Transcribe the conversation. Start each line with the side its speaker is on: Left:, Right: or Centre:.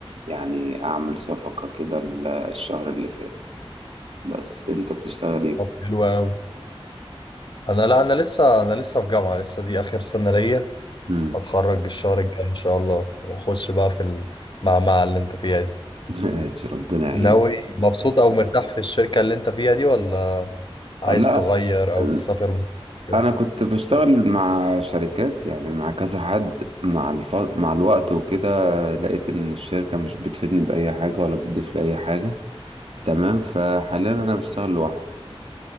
Right: يعني اعمل صفقه كده ال- الشهر اللي فات بس انت بتشتغل ايه
Left: طب حلو أوي أنا لا أنا لسه أنا لسه في جامعة لسه دي آخر سنة ليا
Right: مم.
Left: هتخرج الشهر الجاي إن شاء الله وأخش بقى في المعمعة اللي أنت فيها دي
Right: <laughs> ماشي ربنا يعينك
Left: ناوي مبسوط أو مرتاح في الشركة اللي أنت فيها دي ولا عايز
Right: لا
Left: تغير أو
Right: ال-
Left: تسافر كده؟
Right: انا كنت بشتغل مع شركات يعني مع كذا حد مع الف... مع الوقت وكده لقيت ان الشركة مش بتفيدني بأي حاجة ولا بتضيف لي اي حاجة تمام فحاليا انا بشتغل لوحدي